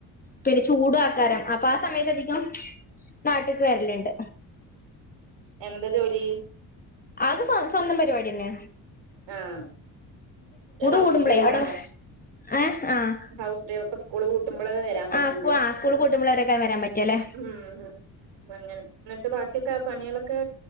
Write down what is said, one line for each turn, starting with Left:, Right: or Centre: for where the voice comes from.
Left: പിന്നെ ചൂടു ആക്കാരം അപ്പ ആ സമയത്ത് അധികം നാട്ട്ക്ക് വരല്ണ്ട്
Right: എന്താ ജോലി
Left: ആൾക് സ്വ സ്വന്തം പര്പാ പിന്നെ
Right: ആഹ് ഹൗസ്
Left: കൂടുമ്പളേ
Right: ഡ്രൈവറാണ്
Left: അവിടെ ഏഹ് ആഹ്
Right: ഹൗസ് ഡ്രൈവർ ഇപ്പ സ്കൂള് പൂട്ട്മ്പളേ വരാൻ പറ്റുള്ളൂ
Left: ആഹ് സ്കൂൾ ആഹ് സ്കൂൾ പൂട്ടുമ്പളേക്കാരം വരാൻ പറ്റാല്ലേ
Right: ഉം പ്പങ്ങനെ ന്നെട്ട് ബാ താ പണികളൊക്കെ